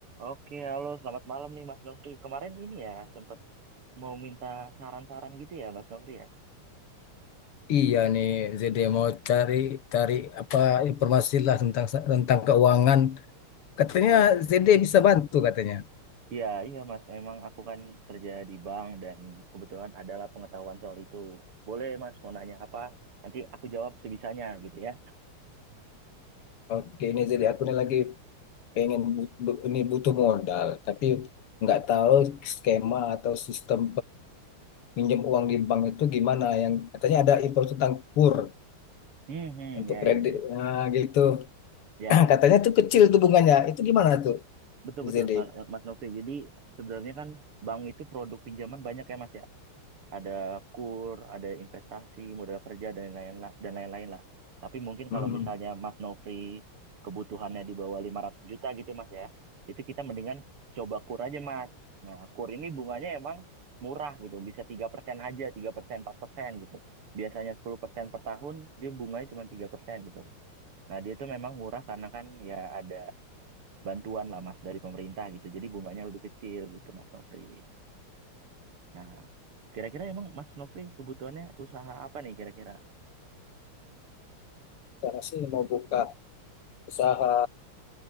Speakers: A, on the right; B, on the left.
A: Oke, halo, selamat malam nih Mas Nofri. Kemarin ini ya sempat mau minta saran-saran gitu ya Mas Nofri ya.
B: Iya nih, jadi
A: Iya.
B: mau cari cari apa informasi lah tentang tentang keuangan. Katanya
A: Oh,
B: ZD bisa bantu katanya.
A: iya iya Mas, emang aku kan kerja di bank dan kebetulan adalah pengetahuan soal itu. Boleh Mas mau nanya apa? Nanti aku jawab sebisanya gitu ya.
B: Oke, ini jadi aku nih lagi pengen bu- bu- ini butuh modal, tapi nggak tahu skema atau sistem pinjam uang di bank itu gimana. Yang katanya ada info tentang KUR
A: Hmm, hmm,
B: untuk
A: ya
B: kredit,
A: ya ya.
B: nah gitu.
A: Ya
B: <clears throat>
A: ya.
B: Katanya tuh kecil tuh bunganya. Itu gimana tuh,
A: Betul betul
B: ZD?
A: Mas Mas Nofri. Jadi sebenarnya kan bank itu produk pinjaman banyak ya Mas ya. ada kur, ada investasi, modal kerja dan lain-lain lah, dan lain-lain lah. Tapi mungkin
B: Hmm.
A: kalau misalnya Mas Nofri kebutuhannya di bawah 500 juta gitu Mas ya, itu kita mendingan coba kur aja Mas. Nah, kur ini bunganya emang murah gitu, bisa 3% aja, tiga persen, 4% gitu. Biasanya 10% per tahun, dia bunganya cuma 3% gitu. Nah, dia itu memang murah karena kan ya ada bantuan lah Mas dari pemerintah gitu. Jadi bunganya lebih kecil gitu Mas Nofri. Nah, kira-kira emang Mas Nofri kebutuhannya usaha apa nih kira-kira?
B: Saya sih mau buka usaha